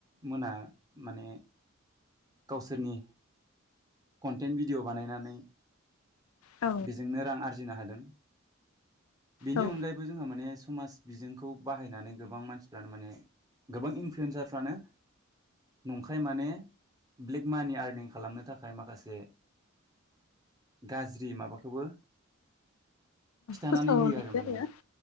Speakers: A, on the right (about 15°); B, on the left (about 80°).
A: मोना माने गावसोरनि कन्टेन्ट भिडिय' बानायनानै
B: औ
A: बेजोंनो रां आरजि जिनो हादों। बेनि
B: औ
A: अनगायैबो जोंहा माने समाज बिजोंखौ बाहायनानै गोबां मानसिफ्रानो माने गोबां इनफ्लुयन्सारफ्रानो नंखाय माने ब्लेक मानि आरनिं खालामनो थाख थाखाय माखासे गाज्रि माबाखौबो खिथानानै
B: फोसावनाय
A: होयो आरो
B: जायो
A: माने